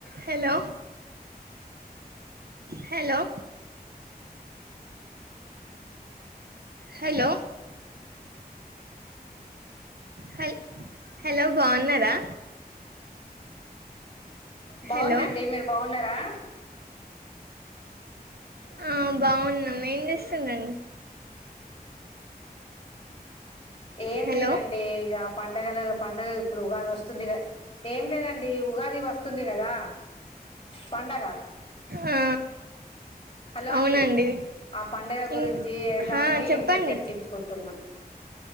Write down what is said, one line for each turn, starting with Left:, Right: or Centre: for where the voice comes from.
Right: Hello hello hello హ hello బాగున్నారా
Left: బాగున్నా
Right: hello
Left: అండి మీరు బాగున్నారా
Right: ఆ బాగున్నాం ఏం చేస్తుందండి
Left: ఏం
Right: హలో
Left: లేదండి ఇగా పండుగలు పండుగ ఇప్పుడు ఉగాది వస్తుంది కదా ఏం లేదండి ఉగాది వస్తుంది కదా పండగ
Right: ఆ
Left: హలో
Right: అవునండి
Left: అండి ఆ పండుగ గురించి
Right: ఇం
Left: ఎలాని
Right: హా చెప్పండి
Left: ఇంట్లో చర్చించుకుంటున్నా